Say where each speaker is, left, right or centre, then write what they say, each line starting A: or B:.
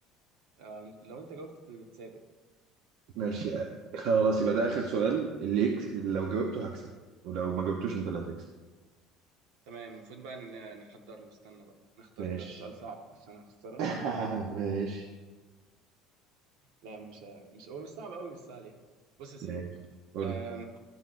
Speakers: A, on the right (about 80°); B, on the right (about 65°).
A: آه، لو أنت جاوبت بت- بتسابق
B: ماشي خلاص يبقى ده آخر سؤال اللي يكس... اللي لو جاوبته هكسب ولو ما جاوبتوش أنت اللي هتكسب
A: تمام المفروض بقى ن- نحضر له استنى بقى نختار
B: ماشي
A: سؤال صعب عشان أخسرك
B: <laughs> ماشي
A: لا مش مش هو مش صعب أوي مش سهل يعني بص يا سيدي
B: ماشي قول
A: آم،
B: لي